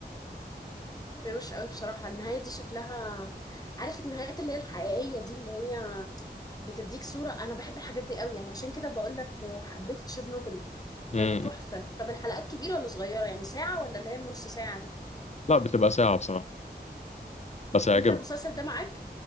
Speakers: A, on the left (about 20°); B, on the left (about 40°).
A: شكله روش قوي بصراحه النهايه دي شكلها عارف النهايات اللي هي الحقيقيه دي اللي هي بتديك صوره انا بحب الحاجات دي قوي يعني عشان كده بقول لك حبيت تشيرنوبل
B: مم.
A: ده ده تحفه طب الحلقات كبيره ولا صغيره يعني ساعه ولا اللي هي النص ساعه دي
B: لا بتبقى ساعه بصراحه بس
A: طب
B: هيعجبك
A: انت المسلسل ده معاك